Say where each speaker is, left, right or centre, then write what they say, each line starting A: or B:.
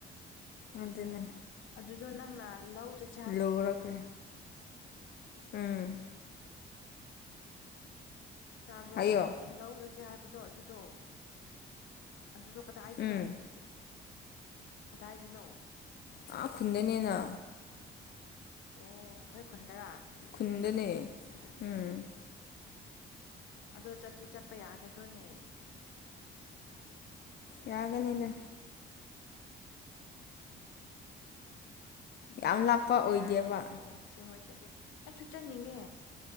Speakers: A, on the left (about 55°); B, on the left (about 80°).
A: ꯑꯗꯨꯅꯦ
B: ꯑꯗꯨꯗꯣ ꯅꯪꯅ ꯂꯧ ꯆꯠ
A: ꯂꯧꯔꯈ꯭ꯔꯦ ꯎꯝ
B: ꯇꯥꯕ꯭ꯔꯣ
A: ꯍꯥꯏꯌꯣ
B: ꯂꯧ ꯆꯠꯁꯦ ꯍꯥꯏꯕꯗꯣ ꯑꯗꯨꯗꯣ ꯑꯗꯨꯗꯣ ꯀꯗꯥꯏꯗꯅꯣ
A: ꯎꯝ
B: ꯀꯗꯥꯏꯗꯅꯣ
A: ꯑꯥ ꯈꯨꯟꯗꯅꯦꯅ
B: ꯑꯣ ꯑꯩꯈꯣꯏ ꯈꯨꯟꯗꯔꯥ
A: ꯈꯨꯟꯗꯅꯦ ꯎꯝ
B: ꯑꯗꯣ ꯆꯠꯇꯤ ꯆꯠꯄ ꯌꯥꯒꯗꯣꯅꯦ
A: ꯌꯥꯒꯅꯤꯗ
B: ꯎꯝ
A: ꯌꯥꯝ ꯂꯥꯞꯄ
B: ꯆꯠꯄ
A: ꯑꯣꯏꯗꯦꯕ
B: ꯌꯥꯔꯗꯤ ꯌꯦꯡꯁꯦ ꯍꯣꯏ ꯆꯠꯁꯦ ꯑꯩꯁꯨ ꯆꯠꯅꯤꯡꯉꯦ